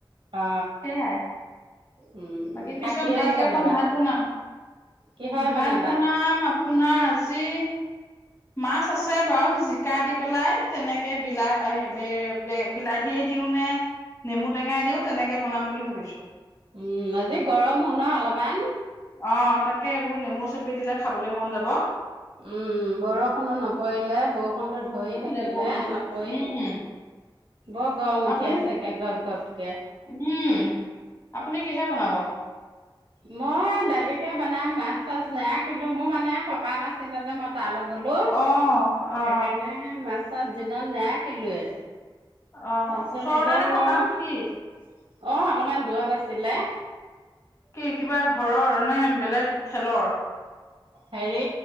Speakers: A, on the right; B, on the left.
A: অ
B: সেয়াই।
A: উম
B: বাকী
A: ভাত
B: পিছত
A: কিহৰে
B: দেৰিকে
A: বনাবা
B: অকণ ভাত বনাম।
A: কিহৰে
B: ভাত
A: বনাবা
B: বনাম আপোনাৰ আজি মাছ আছে বাৰু জিকা দি পেলাই তেনেকে বিলাহ- বিলাহীয়ে দিও নে নেমু টেঙাই দিও তেনেকে বনাম বুলি ভাবিছো।
A: উম। আজি গৰমো ন অলপমান?
B: অ তাকে বুলো নেমু চেপি দিলে খাবলৈ মন যাব।
A: উম। বৰষুনো নপৰিলে বৰষুনটো ধৰি থাকিলে,
B: লে বৰষুণটো।
A: নপৰিল।
B: উম
A: বৰ গৰম
B: আপুনি
A: উঠি আছে একে গপ গপ
B: উম। আপুনি কিহেৰে বনাব?
A: মই দালিকে বনাম মাছ চাছ নাৰাখিলো। মোৰ মানে সকাম আছিলে যে মই তালৈ গলো,
B: অ
A: সেইকাৰণে
B: অ
A: মাছ চাছ দিনত নাৰাখিলোৱে।
B: অ
A: তাৰপিছত
B: ওচৰতে
A: এতিয়া
B: নে
A: বোলো
B: সকাম
A: অ
B: কি?
A: অলপমান দূৰত আছে। চিলে
B: কি কিবা ঘৰৰ? নাই, বেলেগ খেলৰ।
A: হেৰি।